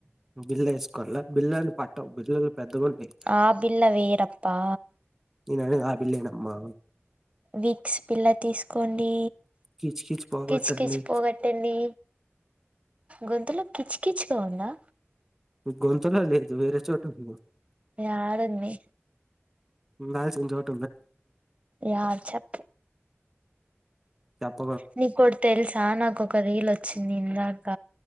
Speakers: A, in the centre; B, on the right.
A: బిల్ల ఏసుకోల్లొ బిల్లలన్ని పట్టవ్ బిల్లలు పెద్దగుంటయ్
B: ఆ బిల్ల వేయరప్పా
A: నేననేది ఆ బిల్లే నమ్మా
B: వీక్స్ పిల్ల తీసుకోండి
A: కీచు కీచు పోగొట్టండి
B: కిచ్ కిచ్ పోగట్టండి గొంతులో కిచ్ కిచ్ గా ఉందా
A: గొంతలో లేదు వేరే చోటుంది
B: యాడుంది
A: ఉండాల్సిన చోట్
B: యా చెప్
A: తప్
B: నీకోటి తెలుసా నాకొ ఒక రీలొచ్చింది ఇందాక